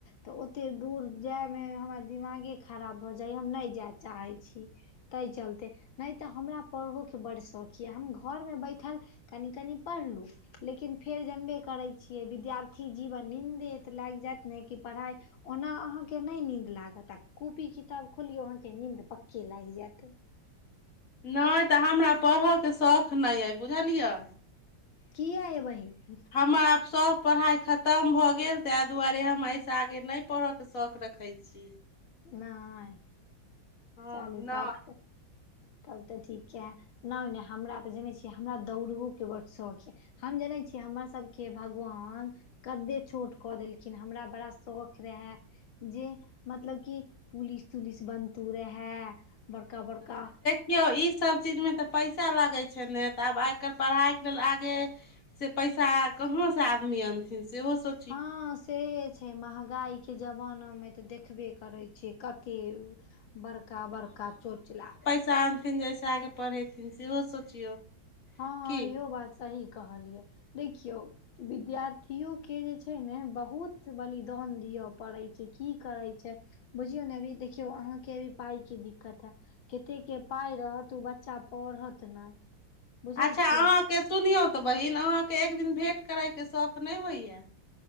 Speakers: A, on the left; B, on the left.
A: त ओते दूर जाइमे हमर दिमागे खराब भऽ जाइए हम नहि जाइ चाहै छी ताहि चलते नहि तऽ हमरा पढ़ोके बड्ड शौक अइ हम घरमे बैठल कानि कानि पढ़लु लेकिन फेर जनबे करै छियै विद्यार्थी जीवन नन्दे तऽ लागि जायत नहि कि पढ़ाइ ओना अहाँके नहि नीन्द लागत आ कॉपी किताब खोलियौ अहाँके नीन्द पक्के लागि जायत
B: नहि तऽ हमरा पढ़यके शौख नहि अइ बुझलियै
A: किआ ए बहीन
B: हमर आब सभ पढ़ाइ खतम भऽ गेल ताहि दुआरे हम एहिसँ आगे नहि पढ़ऽके शौख रख करै छी
A: नहि
B: हँ
A: चालू
B: नहि
A: तब त तब तऽ ठीक य नहि नहि हमरा तऽ जनैत छियै हमरा दौड़ोके बड्ड शौक यए हम जनै छियै हमर सभके भगवान कद्दे छोट कऽ देलखिन हमरा बड़ा शौख रहए जे मतलब कि पुलिस तुलिस बनतू र है बड़का बड़का
B: यौ ई सब चीज मे तऽ पैसा लागै छै ने तऽ आब आइ काल्हि पढ़ाइ के लेल आगे से पैसा कहाँ से आदमी अनथिन सेहो सो
A: हँ से छै महगाई के जमानामे तऽ देखबे करै छियै कते बड़का बड़का चोचला
B: चाहानथिन जैसे आगे पढ़ेथिन सेहो सोचियौ
A: हँ
B: की
A: इहो बात सही कहल य देखियौ विद्यार्थियो के जे छै ने बहुत बलिदान दिय पड़ै छै की करै छै बुझियौ ने अभी देख देखियौ अहाँके अभी पाइके दिक्कत हैत कते के पाय रहत ओ बच्चा पढ़त नहि बुझै
B: अच्छा
A: छियै
B: अहाँके सुनियौ तऽ बहिन अहाँके एक दिन भेँट करैके शौख नहि होइए